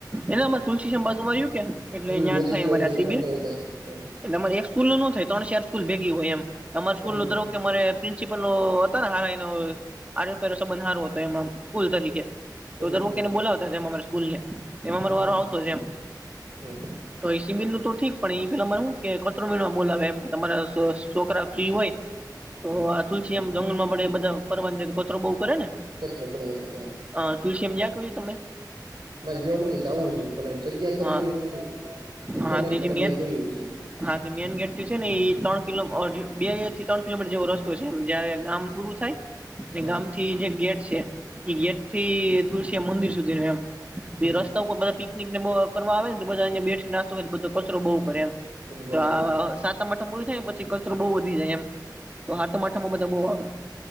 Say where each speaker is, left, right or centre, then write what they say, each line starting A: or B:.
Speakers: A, on the right; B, on the right.
A: એના તુલસીમ બાજુમાંર્યું કે એટલેયા
B: હમ નજીક
A: થાય
B: રહ્યો
A: અમારે
B: એટલે
A: આ
B: તમારે
A: શિબિર.
B: ત્યાં વધારે હા
A: એટલેરે એક સ્ૂલ નો થાય ત્રણ ચાર સ્કલ ભેગી હોય એમ અ તમારે સ્કૂલ
B: સમજી
A: નો ધરો
B: ગયો
A: કેરે પ્રિન્સિપલો હતા ને હારા એનો આરો પેરો બંધ હારો હતો એમાં સ્કૂલ તરીકે
B: સમજી
A: તો દર
B: ગયો
A: એને બોલાવતા છે અમારા સ્કૂલ ને એમાં અમારો વારો
B: હા
A: આવતો જ એમ
B: હા
A: તો એસીબિન નું તો ઠીક પણ એ પેલા મારે શું ખતરોમિનમાં બોલાવે એમ કે તમારા છોકરા ફ્રી હોય તો આ તુલસી એમ જંગલમાં પડે એ બધા ફરવાની છે કચરો બહ કરેને
B: કચરો કરે વધારે હા
A: હ તુલ્શિમ્યાં કહું છું તમે
B: ના ગયો નથી જું છે પણ. જગ્યા થોડી
A: હા
B: ઘડી ઇન્ટરનેટ
A: હા તો એ જે મેન
B: મ ઇ જોય છે.
A: હા મેન ગેટથી છે ને એ ત્રણ કિલો બે થી ત્રણ કિલોમીટર જેવો રસ્તો છે એમ જયારે ગામ પૂરું થાય. ગામ
B: હા
A: થી જે ગેટ છે એ ગેટ થી તુલસીિયા મંદિર સુધી ન એમ તો
B: હમ
A: એ રસ્તા ઉપર બધા પિકનિકને બહુ કરવા આવે ને તો બધા અં બેઠી નાસ્તો કરીને બધા કચરો બહુ કરે એમ
B: બધું બગાડે
A: તો આ
B: બધું
A: સાતમ આઠમ પૂર થાય ને પછી કચરો બહુ વધી જાય એમ તો સાતમ આઠમ માં બધા બહુ આવે.